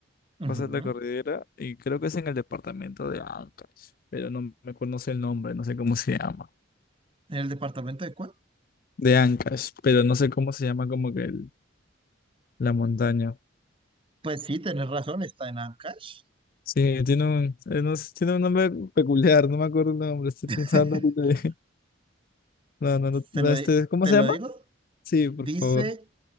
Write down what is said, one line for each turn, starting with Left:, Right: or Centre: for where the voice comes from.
Right: Ujú.
Left: pasa la cordillera, y creo que es en el departamento de Ancash, pero no me acuerdo, no sé el nombre, no sé cómo se llama.
Right: ¿En el departamento de cuál?
Left: de Ancash, pero no sé cómo se llama como que el- la montaña.
Right: Pues sí, tenés razón, está en Ancash.
Left: Sí, tiene un, eh, no sé, tiene un nombre peculiar, no me acuerdo el nombre, estoy
Right: <laughs>
Left: pensando ahorita de- <laughs> No, no, no, no,
Right: Te lo,
Left: este,
Right: di-
Left: ¿cómo
Right: te
Left: se
Right: lo
Left: llama?
Right: digo.
Left: Sí, por
Right: Dice
Left: favor.